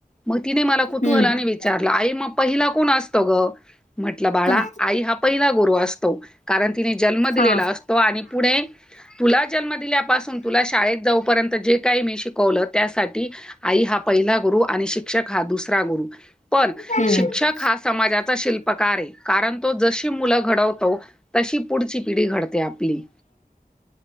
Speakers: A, in the centre; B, on the left (about 50°).
A: मग तिने मला कुतुहलाने
B: हम्म
A: विचारला आई मग पहिला कोण असतो ग म्हटलं बाळा
B: हा
A: आई हा पहिला गुरु असतो कारण तिने जन्म दिलेला
B: हा
A: असतो आणि पुढे तुला जन्म दिल्यापासून तुला शाळेत जाऊपर्यंत जे आई नि शिकवलं त्यासाठी आई हा पहिला गुरु आणि शिक्षक हा दुसरा गुरु. पण
B: हम्म.
A: शिक्षक हा समाजाचा शिल्प कार कारण तो जशी मुलं घडवतो तशी पुढची पिढी घडते आपली.